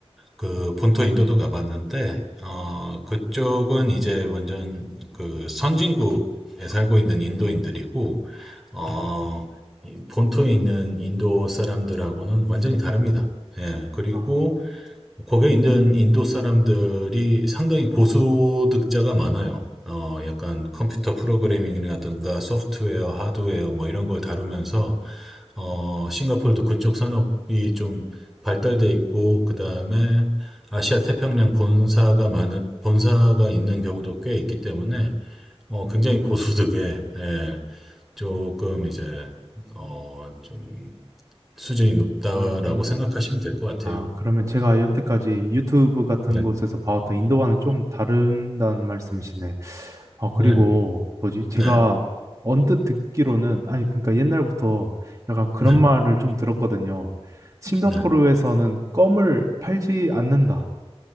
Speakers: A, in the centre; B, on the right.
A: 그 본토 인도도 가봤는데, 어, 그쪽은 이제 완전 그 선진국에 살고 있는 인도인들이고, 어, 이 본토에 있는 인도 사람들하고는 완전히 다릅니다. 예, 그리고
B: 아,
A: 거기에 있는 인도 사람들이 상당히 고소득자가 많아요. 어, 약간 컴퓨터 프로그래밍이라든가 소프트웨어, 하드웨어 뭐 이런 걸 다루면서 어, 싱가포르도 그쪽 산업이 좀 발달돼 있고 그다음에 아시아 태평양 본사가 많은 본사가 있는 경우도 꽤 있기 때문에 어, 굉장히 고소득에 예, 조금 이제 어, 좀 수준이 높다라고
B: 음, 음.
A: 생각하시면 될 것 같아요.
B: 아, 그러면 제가 여태까지 유튜브 같은
A: 네.
B: 곳에서 봐왔던 인도와는 좀 다른다는 말씀이시네. 아,
A: 네.
B: 그리고 뭐지? 제가
A: 네.
B: 언뜻 듣기로는, 아니, 그러니까 옛날부터 약간 그런
A: 네.
B: 말을 좀 들었거든요. 싱가포르에서는
A: 네.
B: 껌을 팔지 않는다.